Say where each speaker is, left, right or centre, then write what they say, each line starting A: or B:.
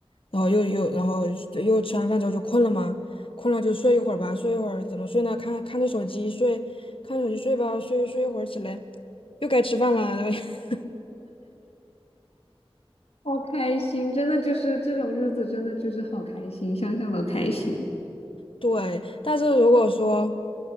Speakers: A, on the left (about 60°); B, on the left (about 85°).
A: 然后又又然后又吃完饭之后就困了吗？困了就睡一会儿吧，睡一会儿怎么睡呢？看看着手机睡，看着手机睡吧，睡睡一会儿起来又该吃饭啦，然后 <laughs>
B: 好开心，真的就是这种日子，真的就是好开心，想想都开心。
A: 对，但是如果说，